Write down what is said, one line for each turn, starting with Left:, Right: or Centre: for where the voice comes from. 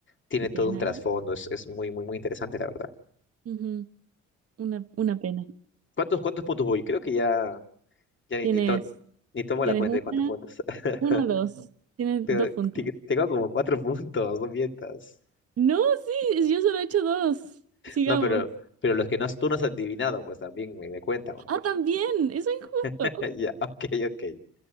Left: tiene
Right: Qué pena.
Left: todo un trasfondo, es, es muy, muy, muy interesante, la verdad.
Right: Ujú, Una, una pena.
Left: ¿Cuántos, cuántos puntos voy? Creo que ya, ya ni,
Right: Tienes,
Left: ni, to- ni tomo
Right: tienes
Left: la cuenta
Right: una,
Left: de cuántos puntos. <laughs>
Right: una, dos. Tienes
Left: Te-
Right: dos puntos.
Left: te- Tengo como cuatro puntos, no mientas.
Right: No, sí, yo solo he hecho dos. Sigamos.
Left: No, pero, pero los que no, tú no has adivinado, pues también me, me cuentan, ¿o no?
Right: Ah, también, eso es injusto.
Left: <laughs> Ya, ok, ok.